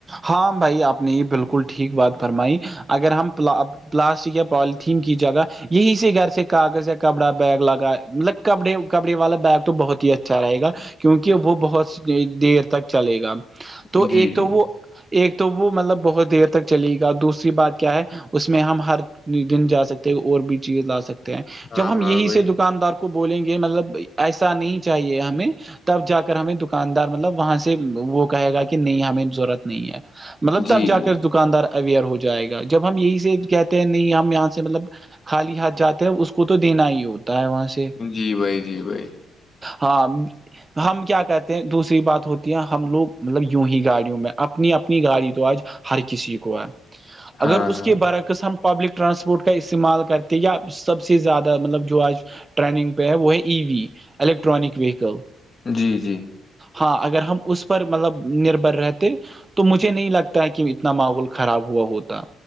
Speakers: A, on the right; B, on the left.
A: ہاں بھائی آپ نے یہ بالکل ٹھیک بات فرمائی اگر ہم پلاسٹک یا پوالیتھیین کی جگہ یہی سے گھر سے کاغذ یا کپڑا بیگ لگا مطلب کپڑے کپڑے والا بیگ تو بہت ہی اچھا رہے گا کیونکہ وہ بہت دیر تک چلے گا تو
B: جی
A: ایک
B: جی
A: تو وہ ایک تو وہ مطلب بہت دیر تک چلے گا دوسری بات کیا ہے اس میں ہم ہر دن جا سکتے اور بھی چیز لا سکتے ہیں
B: ہاں
A: جب ہم
B: ہاں
A: یہی
B: بھائی
A: سے دکاندار کو بولیں گے مطلب ایسا نہیں چاہیے ہمیں تب جا کر ہمیں دکاندار مطلب وہاں سے وہ کہے گا کہ نہیں ہمیں ضرورت ہے مطلب
B: جی
A: تب جا
B: جی
A: کر دکاندار اویئر ہو جائے گا جب ہم یہی سے کہتے ہیں نہیں ہم یہاں سے مطلب خالی ہاتھ جاتے ہیں اس کو تو دینا ہی ہوتا ہے وہاں سے
B: جی بھائی جی بھائی
A: ہاں ہم کیا کہتے ہیں دوسری بات ہوتی ہے ہم لوگ مطلب یوں ہی گاڑیوں میں اپنی اپنی گاڑی تو آج ہر کسی کو ہے
B: ہاں
A: اگر اس
B: ہاں
A: کے برعکسم پبلک ٹرانسپورٹ کا استعمال کرتے یا سب سے زیادہ مطلب جو آج ٹرینگ پہ ہے وہ ہے ای وی الیکٹرانک ویکل
B: جی جی
A: ہاں اگر ہم اس پر مطلب نربھر رہ تو مجھے نہیں لگتا ہے کہ اتنا ماحول خراب ہوا ہوتا